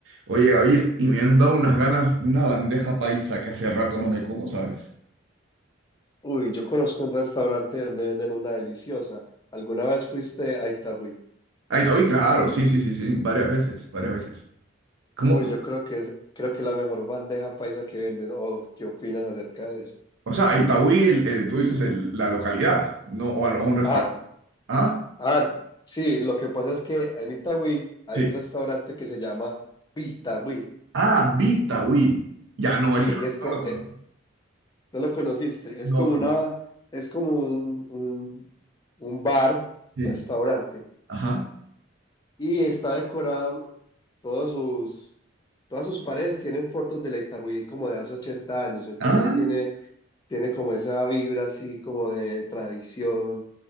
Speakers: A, on the right (about 60°); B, on the left (about 20°).
A: Oye, Gabriel, y me han dado unas ganas de una bandeja paisa que hace rato no me como, ¿sabes?
B: Uy, yo conozco un restaurante donde venden una deliciosa. ¿Alguna vez fuiste a Itagüí?
A: Aitaúí, claro, sí, sí, sí, sí, varias veces, varias veces. ¿Cómo?
B: Uy,
A: cómo?
B: yo creo que es, creo que es la mejor bandeja paisa que venden. ¿O ¿qué opinas acerca de eso?
A: O sea, Aitaúí, el- el- tú dices el- la localidad, ¿no? O, al- o un restaurante.
B: Ah,
A: ¿Ah?
B: ah, sí, lo que pasa es que en Itagüí hay
A: Sí.
B: un restaurante que se llama Vitagüí.
A: Ah, Bitaúí. Ya, no,
B: Sí,
A: ese no,
B: y es co-
A: no lo conozco.
B: eh, no lo conociste,
A: No,
B: es como
A: no,
B: una,
A: no.
B: es como un, un, un bar,
A: Sí.
B: restaurante,
A: Ajá.
B: y está decorado todos sus Todas sus paredes tienen fotos de la Itagüí como de hace 80 años, entonces
A: Ah,
B: tiene, tiene como esa vibra así como de tradición,